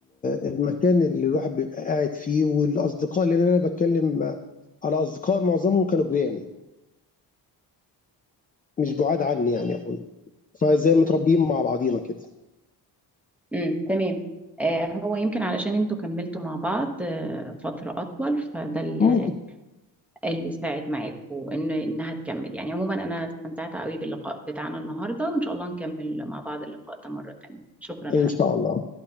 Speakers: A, on the left; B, in the centre.
A: المكان اللي الواحد بيبقى قاعد فيه والاصدقاء اللي انا بتكلم على أصدقاء معظمهم كانوا جيران، مش بُعاد عني يعني أوي، فزي متربيين مع بعضينا كده،
B: امم تمام آه، هو يمكن علشان انتوا كملتوا مع بعض آه، فترة أطول فده اللي
A: ممكن
B: اللي ساعد معاكوا إن إنها تكمل يعني عموما أنا استمتعت قوي باللقاء بتاعنا النهاردة وإن شاء الله نكمل مع بعض اللقاء ده مرة تانية شكرا لحضرتك
A: إن شاء الله.